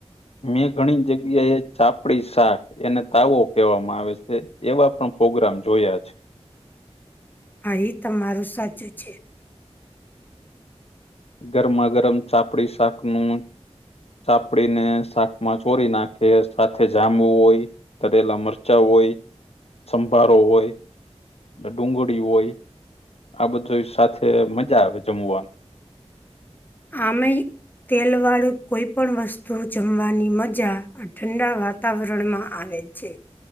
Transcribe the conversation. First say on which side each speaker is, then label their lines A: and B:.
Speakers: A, on the left; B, on the left.
A: મેં ઘણી જગ્યા એ ચાપડી શાક એને તાવો કહેવામાં આવે છે એવા પણ પ્રોગ્રામ જોયા છે
B: હા એ તમારું સાચું છે
A: ગરમા ગરમ ચાપડી શાક નું ચાપડીને શાકમાં ચોરી નાખે સાથે જામવું હોય તરેલા મરચાં હોય સંભારો હોય ડુંગળી હોય આ બધું સાથે મજા આવે જમવાનું
B: આમેય તેલવાળું કોઈ પણ વસ્તુ જમવાની મજા ઠંડા વાત વાતાવરણમાં આવે છે